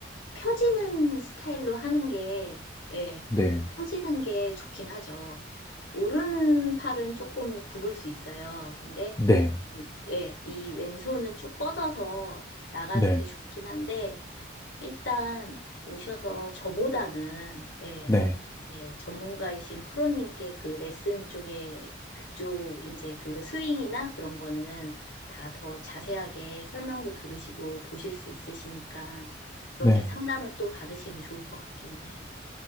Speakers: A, on the left; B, on the left.
A: 펴지는 스타일로 하는 게, 예,
B: 네,
A: 펴지는 게 좋긴 하죠. 오른 팔은 조금 굽을 수 있어요. 근데
B: 네,
A: 예, 이 왼손은 쭉 뻗어서 나가는
B: 네,
A: 게 좋긴 한데, 일단 오셔서 저보다는, 예,
B: 네.
A: 이제 전문가이신 프로님께 그 레슨 쪽에, 그쪽, 이제 그 스윙이나 그런 거는 다 더 자세하게 설명도 들으시고 보실 수 있으시니까, 그렇게
B: 네.
A: 상담을 또 받으시면 좋을 것 같기는 해요.